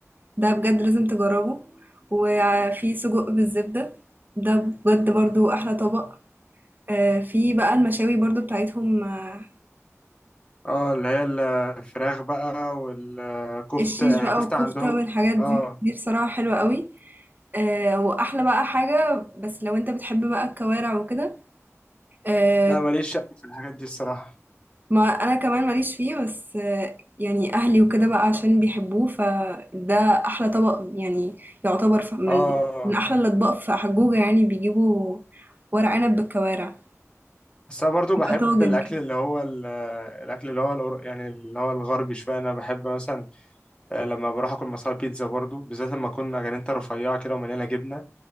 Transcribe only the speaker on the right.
ده بجد لازم تجربه، وفي سجق بالزبدة، ده بجد برضه أحلى طبق، آآ، في بقى المشاوي برضه بتاعتهم آه،
الشيش
بقى
والكفتة
والحاجات دي
دي بصراحة حلوة قوي آه وأحلى بقى حاجة بس لو أنت بتحب بقى الكوارع وكده آه
ما أنا كمان ماليش فيه بس آه يعني أهلي وكده بقى عشان بيحبوه فده أحلى طبق يعني يعتبر ف- من
من أحلى الأطباق في حجوجة يعني بيجيبوا ورق عنب بالكوارع
يبقى طاجن
كده